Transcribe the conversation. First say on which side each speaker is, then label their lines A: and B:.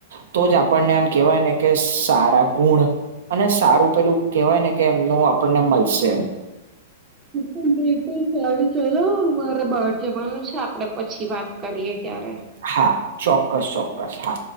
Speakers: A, on the right (about 75°); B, on the right (about 25°).
A: તો જ આપણને આમ કેહેવાય ને કે સારા ગુણ અને સારું પેલું કેહેવાય ને કે એમનું આપણને મળશે
B: બુ બિલકુલાર ચલો મારા બહાર જવાનું છે આપડે પછી વાત કરીએ ક્યારે
A: હા ચોક્કસ ચોક્કસ હા